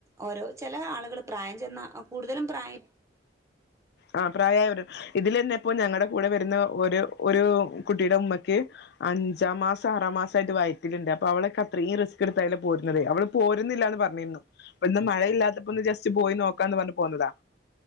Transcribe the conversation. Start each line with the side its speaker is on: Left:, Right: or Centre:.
Right: ഓരോ ചില ആളുകൾ പ്രായം ചെന്നാൽ കൂടുതലും പ്രായം
Left: ആ പ്രായ ഒരു ഇതിൽന്നെ ഇപ്പോ ഞങ്ങളുടെ കൂടെ വരുന്ന ഒരു ഒരു കുട്ടിയുടെ ഉമ്മക്ക് അഞ്ചാം മാസം ആറാ മാസമായിട്ട് വയറ്റലുണ്ട് അപ്പ അവളൊക്കെ അത്രയും റിസ്ക് എടുത്തായിാല പോരുന്നത് അവള് പോരുന്നില്ല എന്ന് പറഞ്ഞിരുന്നു ഇന്ന് മഴയില്ലാത്തപ്പോന്ന് ജസ്റ്റ് പോയി നോക്കാ എന്ന് പറഞ്ഞു പോുന്നതാ